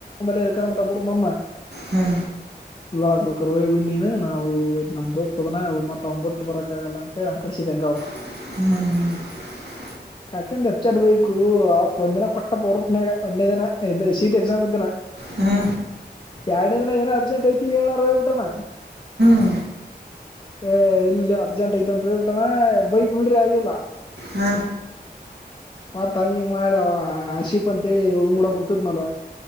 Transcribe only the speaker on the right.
ಹ್ಞೂ
ಹ್ಮ್
ಹ್ಞೂ
ಹಾ
ಹ್ಮ